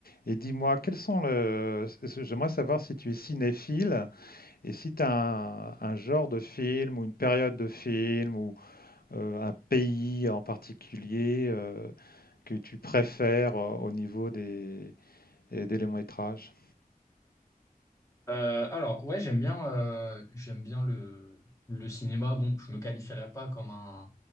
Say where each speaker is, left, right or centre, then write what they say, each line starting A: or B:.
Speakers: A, on the left (about 80°); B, on the left (about 20°).
A: Et dis-moi, quels sont le... J'aimerais savoir si tu es cinéphile et si tu as un, un genre de film ou une période de film ou euh, un pays en particulier euh, que tu préfères euh, au niveau des, et des longs-métrages.
B: Euh, alors, ouais, j'aime bien, euh, j'aime bien le, le cinéma. Bon, je me qualifierais pas comme un,